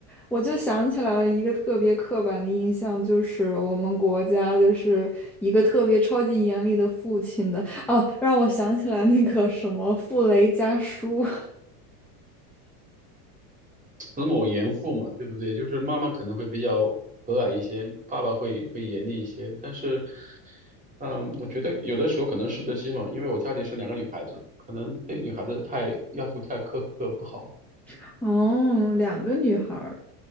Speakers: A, in the centre; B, on the right.
A: 我就想起来了一个特别刻板的印象，就是我们国家就是一个特别超级严厉的父亲的。哦，让我想起来那个什么傅雷家书。
B: 慈母严父嘛，对不对？就是妈妈可能会比较和蔼一些，爸爸会会严厉一些。但是，嗯，我觉得有的时候可能适得其反，因为我家里是两个女孩子，可能对女孩子太要求太苛刻不好。
A: <laughs> 哦，两个女孩儿。